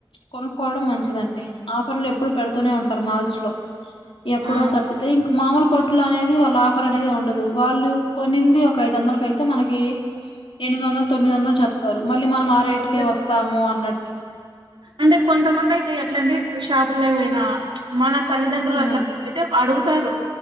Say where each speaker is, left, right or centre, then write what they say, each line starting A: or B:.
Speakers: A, on the left; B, on the right.
A: కొనుక్కోవడం మంచిదండి ఆఫర్లు ఎప్పుడు పెడుతూనే ఉంటారు మాల్స్ లో ఎప్పుడో
B: ఆ
A: తప్పితే ఇంక మామూలు కొ ట్లో అనేది వాళ్ళ ఆఫర్ అనేది ఉండదు వాళ్ళు కొన్నింది ఒక ఐదు వందలకయితే మనకి ఎనిమిది వందలు తొమ్మిది వందలు చెప్తారు మళ్ళీ మనం ఆ
B: బాగా
A: రేటుకే
B: చెప్తారు
A: వస్తాము అన్నట్టు
B: అంటే కొంతమంది అయితే ఎట్లండి షాపుల్లోపైనా మన తల్లిదండ్రులు
A: ఉమ్
B: అట్లా త్తే అడుగుతారు